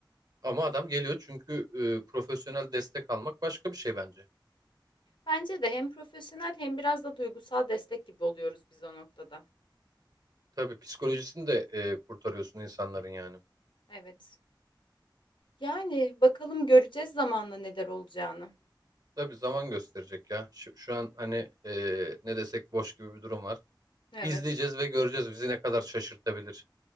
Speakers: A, on the right (about 55°); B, on the left (about 85°).
A: Ama adam geliyor çünkü e, profesyonel destek almak başka bir şey bence.
B: Bence de hem profesyonel hem biraz da duygusal destek gibi oluyoruz biz o noktada.
A: Tabii psikolojisini de e, kurtarıyorsun insanların yani.
B: Evet. Yani bakalım göreceğiz zamanla neler olacağını.
A: Tabii zaman gösterecek ya. Şu, şu an hani e, ne desek boş gibi bir durum var.
B: Evet,
A: İzleyeceğiz ve göreceğiz bizi ne kadar şaşırtabilir.